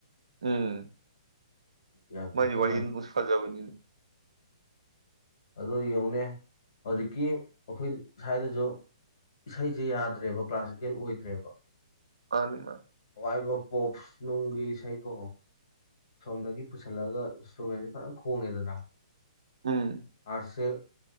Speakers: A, on the right (about 65°); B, on the left (about 50°).
A: ꯎꯝ
B: ꯌꯥꯡꯀꯣꯛꯇ
A: ꯃꯥꯖꯤ ꯋꯥꯍꯤ
B: ꯃꯅꯤ
A: ꯎꯁꯐꯥꯖꯕꯅꯤꯅꯤ
B: ꯑꯗꯨ ꯌꯦꯡꯅꯦ ꯍꯧꯖꯤꯛꯀꯤ ꯑꯩꯈꯣꯏ ꯁ꯭ꯋꯥꯏꯗꯁꯨ ꯏꯁꯩꯁꯦ ꯌꯥꯗ꯭ꯔꯦꯕ ꯀ꯭ꯂꯥꯁꯤꯀꯦꯜ ꯑꯣꯏꯗ꯭ꯔꯦꯕ
A: ꯑꯅꯤ ꯃꯥ
B: ꯋꯥꯏꯕ ꯄꯣꯞꯁ ꯅꯨꯡꯒꯤ ꯏꯁꯩꯀꯣ ꯁꯣꯝꯗꯒꯤ ꯄꯨꯁꯜꯂꯒ ꯏꯟꯁꯇ꯭ꯔꯨꯃꯦꯟꯁꯦ ꯐꯖꯅ ꯈꯣꯡꯉꯦꯗꯅ
A: ꯎꯝ
B: ꯑꯁꯁꯦ